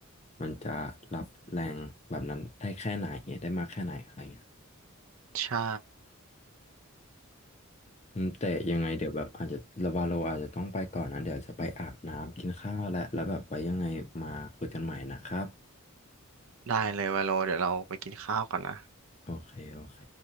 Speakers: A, on the left (about 30°); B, on the right (about 70°).
A: มันจะรับแรงแบบนั้นได้แค่ไหนได้มากแค่ไหนอะไรอย่างเงี้ย
B: ใช่
A: อืมแต่ยังไงเดี๋ยวแบบอาจจะระวาโลอาจจะต้องไปก่อนนะเดี๋ยวจะไปอาบน้ำกินข้าวและแล้วแบบไว้ยังไงมาคุยกันใหม่นะครับ
B: ได้เลยว่าโลเดี๋ยวเราไปกินข้าวก่อนนะ
A: โอเค โอเค